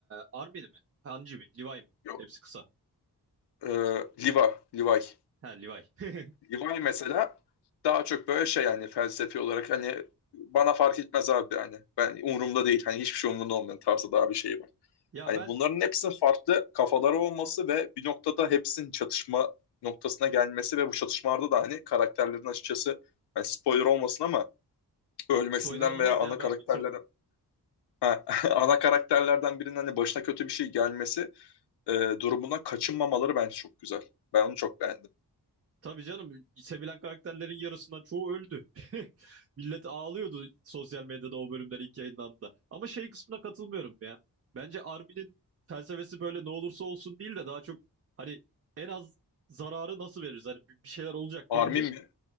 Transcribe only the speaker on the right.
Armin mi? Hanji mi? Levi mi?
Hepsi kısa.
Ha Levi.
<laughs> Ya
ben
spoiler olmaz
ya ben
bitirdim.
Tabii canım sevilen karakterlerin yarısından çoğu öldü. <laughs> Millet ağlıyordu sosyal medyada o bölümler ilk yayınlandığında. Ama şey kısmına katılmıyorum ya. Bence Armin'in felsefesi böyle ne olursa olsun değil de daha çok hani en az zararı nasıl veririz? Hani bir bir şeyler olacak
belli.